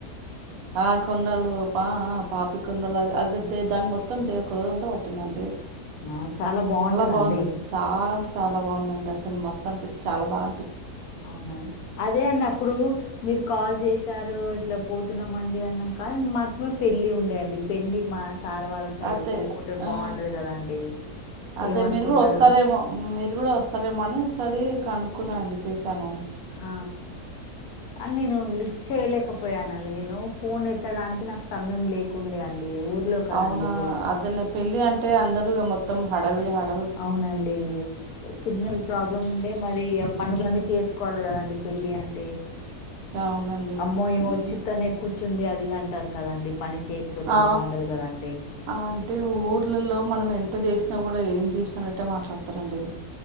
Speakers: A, on the right; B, on the left.
A: ఆ కొండళ్ళు పా పాపి కొది అది దాని మొత్తండి ఒక రోజంతా పట్టిందండి
B: ఆ చాలా బాగుంటదండి
A: బాగుంది చాలా అంటే చాలా బాగుందండి అసలు మస్తు అనిపిించ చాలా బాగు
B: అవునండి అదే అండి అప్పుడు మీరు కాల్ చేసి చ్చారు ఇట్లా పోతున్నాంమండి అన్నాం కాదు మాకమో పెళ్ళలి ఉండేయంండి పెళ్లి మా సార్ వాళ్ళ సైడ్
A: అదే
B: పోకుంటే
A: ఆ
B: బాగుండదు కదండి
A: అదే
B: ఏమనుకుంటారు
A: మీరు కూడా వస్తారేమో మీరు కూడా వస్తారేమో అని ఒకసారి కనుక్కున్నా అండి చేశాను
B: ఆ అ నేను లిఫ్ట్ చేయలేకపోయానండి నేను ఫోన్ ఎత్తడానికి నాకు సమయం లేకుండే అండి ఊర్లో కదండి
A: అవునా అదేలే పెళ్ళి అంటే అందరు మొత్తం హడావిడి హ-
B: అవునండి సిగ్నల్ ప్రాబ్లమ్ ఉండే మరి పనులన్నీ చేసుకోవాలి కదండి పెళ్ళి అంటే
A: అవునండి
B: అమ్మో ఈమె
A: మ్మ్.
B: వచ్చి తనే కూర్చుంది అది ఇది అంటారు కదండి పని చేయకపోతే
A: ఆ
B: బాగుండదు కదండి
A: అంటే ఊర్లలో మనం ఎంత చేసిన కూడా ఏం చేసినానట్టే మాట్లాడుతారండీ